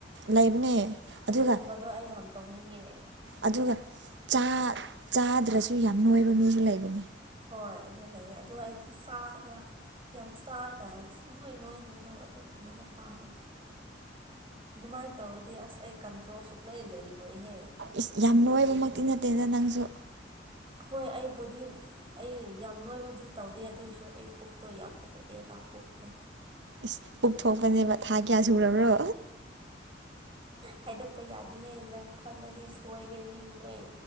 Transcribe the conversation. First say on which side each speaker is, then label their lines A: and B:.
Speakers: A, on the right; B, on the right.
A: ꯂꯩꯕꯅꯦ ꯑꯗꯨꯒ
B: ꯑꯗꯨꯒꯨꯝꯕꯗꯣ ꯑꯩ ꯌꯥꯝ ꯇꯧꯅꯤꯡꯉꯦ
A: ꯑꯗꯨꯒ ꯆꯥ ꯆꯥꯗ꯭ꯔꯁꯨ ꯌꯥꯝ ꯅꯣꯏꯕ ꯃꯤꯁꯨ ꯂꯩꯕꯅꯤ
B: ꯍꯣꯏ ꯑꯗꯨ ꯂꯩꯌꯦ ꯑꯗꯣ ꯑꯩꯗꯤ ꯆꯥꯔꯒ ꯌꯥꯝ ꯆꯥꯔꯒ ꯁꯨꯡ ꯅꯣꯏ ꯅꯣꯏꯗꯕꯗꯣ ꯑꯗꯨꯒꯨꯝꯕꯗꯣ ꯄꯥꯝꯃꯦ ꯑꯗꯨꯃꯥꯏꯅ ꯇꯧꯔꯗꯤ ꯑꯁ ꯑꯩ ꯀꯟꯇ꯭ꯔꯣꯜ ꯁꯨꯛꯂꯩ ꯂꯩꯔꯣꯏꯍꯦ
A: ꯏꯁ ꯌꯥꯝ ꯂꯣꯏꯕꯃꯛꯇꯤ ꯅꯠꯇꯦꯗ ꯅꯪꯁꯨ
B: ꯍꯣꯏ ꯑꯩꯕꯨꯗꯤ ꯑꯩ ꯌꯥꯝ ꯅꯣꯏꯕꯕꯨꯗꯤ ꯇꯧꯗꯦ ꯑꯗꯨꯑꯣꯏꯁꯨ ꯑꯩ ꯄꯨꯛꯇꯣ ꯌꯥꯝ ꯊꯣꯛꯑꯦꯕ ꯄꯨꯛꯇꯣ
A: ꯏꯁ ꯄꯨꯛꯊ ꯊꯣꯛꯄꯅꯦꯕ ꯊꯥ ꯀꯌꯥ ꯁꯨꯔꯕ꯭ꯔꯣ
B: ꯍꯥꯏꯗꯛꯄ ꯌꯥꯗꯦꯍꯦ ꯅꯪ ꯈꯪꯉꯗꯤ ꯁꯣꯏꯔꯦ ꯃꯤ ꯂꯣꯏ